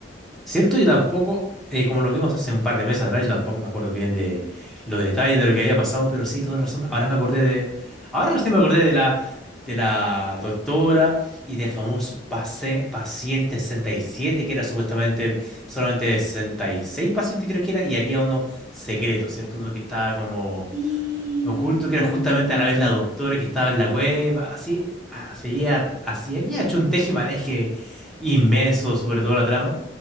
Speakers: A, in the centre; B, on the right.
A: ¿Cierto? Y tampoco, eh, como lo vimos hace un par de meses atrás, yo tampoco me acuerdo bien de
B: Ujú.
A: los detalles de lo que había pasado, pero sí, toda razón. Ahora me acordé de. Ahora recién me acordé de la, de la doctora y del famoso pase- paciente sesenta y siete que era supuestamente solamente 66 pacientes, creo que era, y había uno secreto, ¿cierto? Uno que estaba como
B: Sí,
A: oculto,
B: sí.
A: que era justamente a la vez la doctora que estaba en la cueva, así, ah, seguía, así, había hecho un tejimaneje inmenso sobre toda la trama,